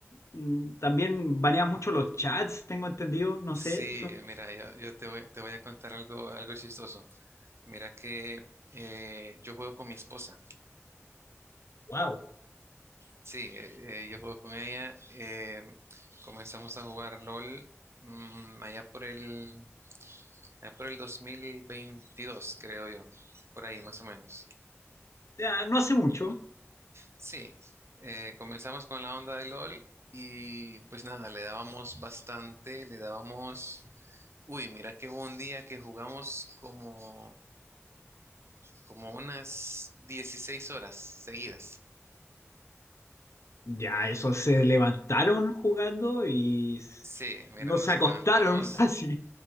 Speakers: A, on the left; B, on the right.
A: mm, también banean mucho los chats, tengo entendido, no
B: Sí,
A: sé,
B: mira, yo, yo te voy, te voy a contar algo, algo chistoso. Mira que eh, yo juego con mi esposa.
A: wow,
B: Sí, eh, eh, yo juego con ella. eh, comenzamos a jugar LOL mm, allá por el, allá por el 2022, creo yo, por ahí más o menos.
A: ya, no hace mucho,
B: Sí, eh, comenzamos con la onda de LOL y pues nada, le dábamos bastante, le dábamos... Uy, mira que hubo un día que jugamos como, como unas 16 horas seguidas.
A: ya eso se levantaron jugando y s-
B: Sí, mira,
A: no
B: nos
A: se acostaron
B: levantamos.
A: <laughs> casi.